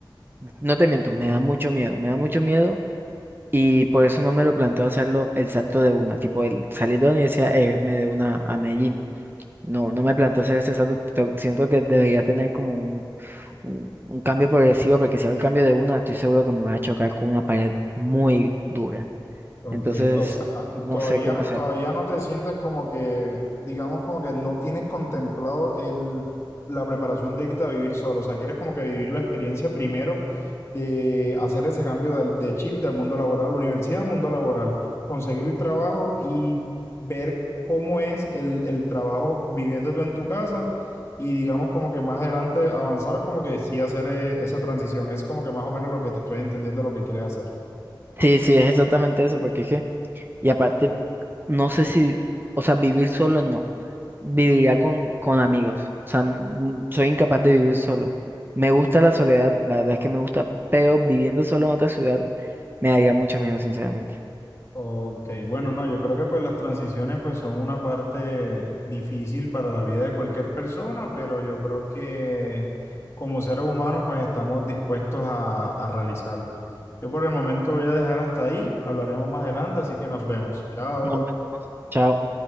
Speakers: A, on the right; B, on the left.
A: no te miento, me da mucho miedo, me da mucho miedo Y por eso no me lo planteo hacerlo el salto de una, tipo el salir de la universidad e irme de una a Medellín. No, no me planteo hacer ese salto. to- Siento que debería tener como un, un, un cambio progresivo, porque si hago el cambio de una, estoy seguro que me voy a chocar con una pared muy dura.
B: Ok,
A: Entonces,
B: o sea,
A: no
B: todavía,
A: sé cómo hacerlo.
B: todavía no te sientes como que, digamos, como que no tienes contemplado el, la preparación de irte a vivir solo. O sea, quieres como que vivir la experiencia primero de hacer ese cambio del, de chip del mundo laboral, universidad, al mundo laboral, conseguir el trabajo y ver cómo es el, el trabajo viviendo tú en tu casa y digamos como que más adelante avanzar como que sí hacer eh, esa transición. Es como que más o menos lo que te estoy entendiendo lo que quieres hacer.
A: Sí, sí, es exactamente eso, porque es que, y aparte, no sé si, o sea, vivir solo no. viviría con, con amigos. O sea, n- soy incapaz de vivir solo. Me gusta la soledad, la verdad es que me gusta, pero viviendo solo en otra ciudad me daría mucho miedo, sinceramente.
B: Ok, bueno, no, yo creo que pues las transiciones pues son una parte difícil para la vida de cualquier persona, pero yo creo que como seres humanos pues estamos dispuestos a, a realizarlos. Yo por el momento voy a dejar hasta ahí, hablaremos más adelante, así que nos vemos. Chao.
A: Nos vemos. Chao.